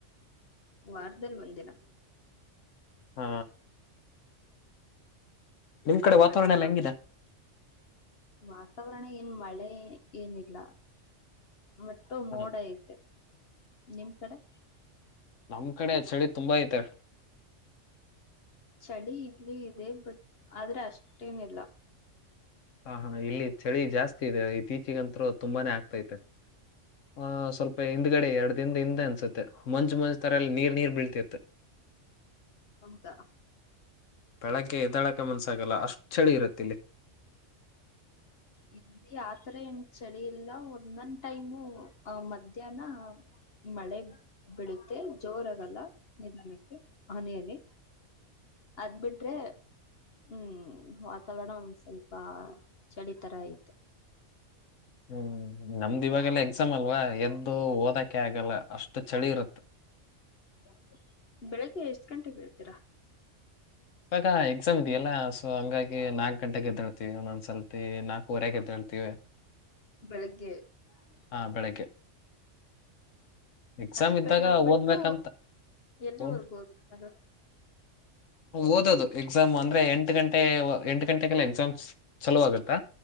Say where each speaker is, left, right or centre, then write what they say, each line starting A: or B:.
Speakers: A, on the left; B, on the left.
A: ವಾರದಲ್ಲಿ ಒಂದಿನಾ.
B: ಹ ಹಾ. ನಿಮ್ ಕಡೆ ವಾತಾವರಣ
A: ಮತ್ತೆ
B: ಎಲ್ಲ ಹೆಂಗಿದೆ.
A: ವಾತಾವರಣ ಏನ್ ಮಳೆ ಏನಿಲ್ಲಾ ಮತ್ತು ಮೋಡ
B: ಹ
A: ಐತೆ ನಿಮ್ ಕಡೆ
B: ನಮ್ ಕಡೆ ಚಳಿ ತುಂಬಾ ಐತೆ
A: ಚಳಿ ಇದ್ಲಿ ಇದೆ ಬಟ್ ಆದ್ರೆ ಅಷ್ಟೇನಿಲ್ಲಾ
B: ಹಾ ಹಾ ಇಲ್ಲಿ ಚಳಿ ಜಾಸ್ತಿ ಇದೆ ಇತ್ತೀಚೆಗಂತ್ರೂ ತುಂಬಾನೇ ಆಗ್ತೈತೆ. ಹಾ ಸ್ವಲ್ಪ ಹಿಂದ್ಗಡೆ ಎರಡ್ ದಿನದ ಹಿಂದೆ ಅನ್ಸುತ್ತೆ ಮಂಜ್ ಮಂಜ್ ತರಾ ಇಲ್ಲಿ ನೀರ್ ನೀರ್ ಬೀಳ್ತಿತ್ತ.
A: <inaudible> ಹೌದಾ.
B: ಬೆಳಗ್ಗೆ ಎದ್ದೆಳಕ ಮನ್ಸಾಗಲ್ಲ ಅಷ್ಟ್ ಚಳಿ ಇರತ್ತಿಲ್ಲಿ
A: ಇದ್ಲಿ ಆತರ ಏನ್ ಚಳಿ ಇಲ್ಲ ಒಂದೊನ್ ಟೈಮು ಆ ಮಧ್ಯಾಹ್ನಾ ಮಳೆ ಬಿಡುತ್ತೆ ಜೋರ ಆಗಲ್ಲ ನಿದಾನಕ್ಕೆ ಹನಿ ಹನಿ ಅದ್ಬಿಟ್ರೇ ಹ್ಮ್ ವಾತಾವರಣ ಒಂದ್ ಸ್ವಲ್ಪ ಚಳಿ ತರ ಐತೆ.
B: ಹ್ಮ್ ನಮ್ದ ಇವಾಗೆಲ್ಲಾ ಎಕ್ಸಾಮ್ ಅಲ್ವಾ ಎದ್ದು ಓದಕೆ ಆಗಲ್ಲ ಅಷ್ಟ್ ಷ್ಟ ಚಳಿ ಇರುತ್ತ.
A: <inaudible> ಬೆಳಗ್ಗೆ ಎಷ್ಟ್ ಗಂಟೆಗೆ ಎಳ್ತೀರಾ.
B: ಇವಾಗ ಎಕ್ಸಾಮ್ ಇದೆಯಲ್ಲಾ ಸೊ ಹಂಗಾಗಿ ನಾಲ್ಕ್ ಗಂಟೆಗೆ ಎದ್ದೆಳ್ತೆವಿ ಒಂದೊಂದ್ಸಲ್ತಿ ನಾಲ್ಕೂವರೆಗೆ ಎದ್ದೇಳ್ತೀವಿ
A: ಬೆಳಿಗ್ಗೆ <unintelligible>
B: ಹಾ ಬೆಳಗ್ಗೆ
A: <inaudible>
B: ಎಕ್ಸಾಮ್
A: ಅಷ್ಟ್
B: ಇದ್ದಾಗ
A: ಬೇಗ ಎದ್ಬಿಟ್ಟು
B: ಓದ್ಬೇಕಂತ
A: ಎಲ್ಲಿವರೆಗೂ
B: ಓದ್
A: ಓದಿಕೊಳ್ಳೋದು.
B: ಓದದು ಎಕ್ಸಾಮ್ ಅಂದ್ರೆ ಎಂಟ ಗಂಟೆ ಎಂಟ ಗಂಟೆಗೆಲ್ಲ ಎಕ್ಸಾಮ್ ಚಲೋ ಆಗುತ್ತಾ